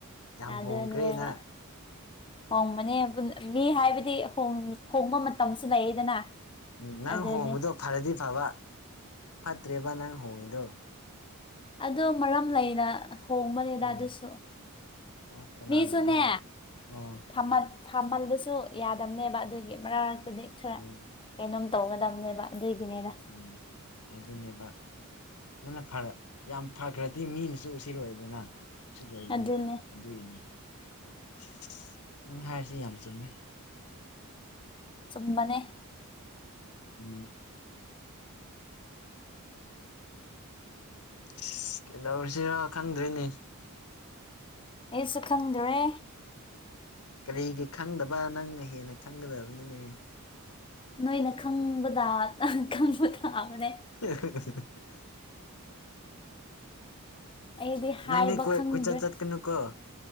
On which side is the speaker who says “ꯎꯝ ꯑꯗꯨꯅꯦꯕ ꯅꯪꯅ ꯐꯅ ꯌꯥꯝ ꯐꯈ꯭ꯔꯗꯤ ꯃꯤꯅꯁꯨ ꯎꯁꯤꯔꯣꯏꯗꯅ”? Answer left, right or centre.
Left